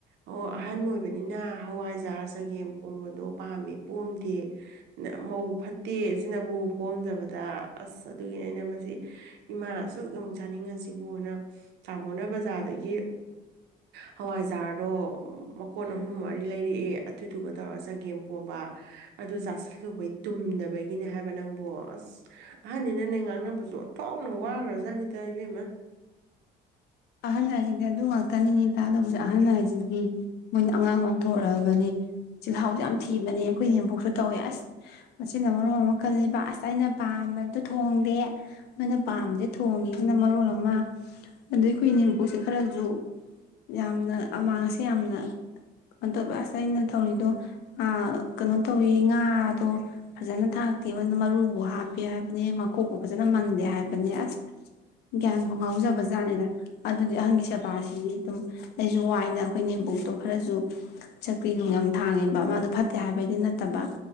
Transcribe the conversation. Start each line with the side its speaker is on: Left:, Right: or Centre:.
Right: ꯑꯣ ꯑꯍꯟ ꯑꯣꯏꯕꯅꯤꯅ ꯍꯋꯥꯏꯖꯥꯔ ꯆꯒꯦꯝ ꯄꯣꯝꯕꯗꯣ ꯄꯥꯝꯃꯤ ꯄꯣꯝꯗꯦ ꯃꯧ ꯐꯠꯇꯦ ꯁꯤꯅꯕꯨ ꯄꯣꯝꯗꯕꯗ ꯑꯁ ꯑꯗꯨꯒꯤꯅꯦ ꯑꯩꯅ ꯃꯁꯤ ꯏꯃꯥ ꯑꯁꯨꯛ ꯌꯧꯅ ꯆꯥꯅꯤꯡꯉꯁꯤꯕꯨꯅ ꯇꯥꯃꯣꯅ ꯕꯖꯥꯔꯗꯒꯤ ꯍꯋꯥꯏꯖꯥꯔꯗꯣ ꯃꯀꯣꯟ ꯑꯍꯨꯝ ꯃꯔꯤ ꯂꯩꯔꯛꯑꯦ ꯑꯗꯨꯗꯨꯒ ꯇꯧꯔꯒ ꯆꯒꯦꯝꯄꯣꯝꯕ ꯑꯗꯨ ꯆꯥꯁꯤꯜꯂꯨꯕꯩ ꯇꯨꯝꯗꯕꯒꯤ ꯒꯤꯅꯦ ꯍꯥꯏꯕ ꯅꯪꯕꯣ ꯑꯁ ꯑꯍꯟꯅꯤꯅꯅꯦ ꯉꯥꯡꯅꯕꯁꯨ ꯑꯃ ꯑꯣꯟꯊꯣꯛꯅꯥ ꯋꯥꯒꯔꯖꯥꯅꯤꯗ ꯏꯕꯦꯝꯃ
Left: ꯑꯍꯟ ꯍꯥꯏꯁꯤꯗꯤ ꯑꯗꯨ ꯉꯥꯛꯇꯅꯤꯅꯦ <unintelligible> ꯑꯍꯟ ꯍꯥꯏꯁꯤꯗꯤ ꯃꯣꯏꯗꯤ ꯑꯉꯥꯡ ꯑꯣꯟꯊꯣꯔꯛꯑꯕꯅꯤ ꯆꯤꯜꯍꯥꯎꯁꯨ ꯌꯥꯝ ꯊꯤꯕꯅꯦ ꯑꯩꯈꯣꯏ ꯏꯅꯦꯝꯕꯣꯛꯁꯨ ꯇꯧꯋꯦ ꯑꯁ ꯃꯆꯤꯟꯅ ꯃꯔꯣꯟ ꯑꯃ ꯀꯜꯂꯤꯕ ꯑꯁ ꯑꯩꯅ ꯄꯥꯝꯕꯗꯣ ꯊꯣꯡꯗꯦ ꯃꯣꯏꯅ ꯄꯥꯝꯖꯦ ꯊꯣꯡꯉꯤꯁꯤꯅ ꯃꯔꯣꯟ ꯑꯃ ꯑꯗꯨ ꯈꯣꯏ ꯏꯅꯦꯝꯕꯨꯣꯛꯁꯦ ꯈꯔꯁꯨ ꯌꯥꯝꯅ ꯑꯃꯥꯡ ꯑꯁꯦ ꯌꯥꯝꯅ ꯀꯩꯅꯣ ꯇꯧꯕ ꯑꯁ ꯑꯩꯅ ꯇꯧꯔꯤꯗꯣ ꯀꯩꯅꯣ ꯇꯧꯋꯤ ꯉꯥꯗꯣ ꯐꯖꯅ ꯊꯥꯛꯇꯦꯅ ꯃꯔꯨꯕꯨ ꯍꯥꯞꯄꯦ ꯍꯥꯏꯕꯅꯦ ꯃꯀꯣꯕꯨ ꯐꯖꯅ ꯃꯟꯗꯦ ꯍꯥꯏꯕꯅꯦ ꯑꯁ ꯒ꯭ꯌꯥꯟꯕꯨ ꯉꯥꯎꯖꯕ ꯖꯥꯠꯅꯤꯗ ꯑꯗꯨꯗꯤ ꯑꯍꯟꯒꯤ ꯁꯦꯕꯥꯁꯤꯗꯤ ꯑꯗꯨꯝ ꯑꯩꯁꯨ ꯋꯥꯏꯅ ꯑꯩꯈꯣꯏ ꯏꯅꯦꯝꯕꯣꯛꯇꯣ ꯈꯔꯁꯨ ꯆꯀ꯭ꯔꯤ ꯅꯨꯡ ꯌꯥꯝ ꯊꯥꯡꯉꯦꯕ ꯃꯥꯗꯣ ꯐꯠꯇꯦ ꯍꯥꯏꯕꯩꯗꯤ ꯅꯠꯇꯕ